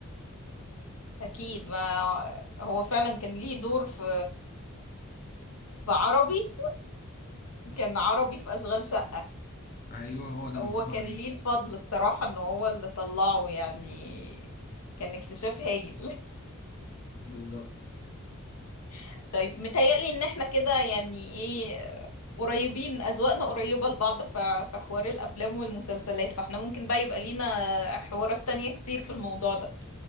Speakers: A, on the left; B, on the left.
A: اكيد ما هو فعلا كان ليه دور في في عربي كان عربي في اشغال شقة
B: أيوه هو ده
A: هو
B: مصطفى
A: كان
B: غريب
A: ليه الفضل الصراحة ان هو اللي طلعه يعني كان اكتشاف هايل
B: بالظبط
A: <laughs> طيب متهيألي ان احنا كده يعني ايه قريبين اذواقنا قريبة لبعض في في حوار الافلام والمسلسلات فاحنا ممكن بقى يبقى لينا حوارات تانية كتير في الموضوع ده